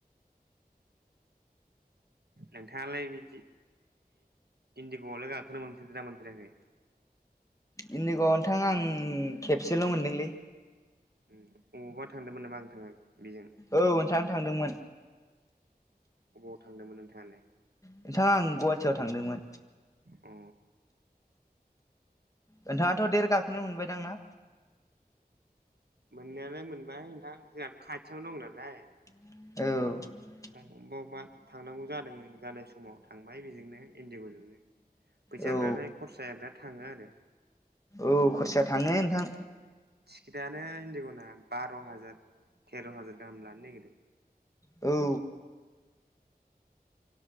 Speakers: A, on the right (about 90°); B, on the left (about 20°).
A: नोंथाङालाय बिजि इन्दिग'आवलाय गाखोनो मोनफेरदा मोनफेराखै?
B: इन्डिग' नोंथां आं खेबसेल' मोनदोंलै
A: बबावबा थांदोंमोन नामा नोंथाङा? बेजों
B: औ नोंथां थांदोंमोन
A: अबावाव थांदोंमोन नोंथाङालाय?
B: नोंथाङा आं गुवाहाटियाव थांदोंमोन।
A: औ।
B: नोंथाङाथ' देर गाखोनो मोनबायदांना?
A: मोननायालाय मोनबाय नोंथां जोंहाथ' खाथियावनो दं नालाय।
B: औ।
A: अबेबा अबेबा थांनांगौ जादों जानाय समाव थांबाय बेजोंनो इन्दिग'जोंनो। फैसा
B: औ
A: फोरालाय खरसाया बिराद थाङो आरो
B: औव खरसा थांङो नोंथां।
A: टिकेतआनो इनदिग'ना बार हाजार तेर हाजार गाहाम लानो नागिरो।
B: औ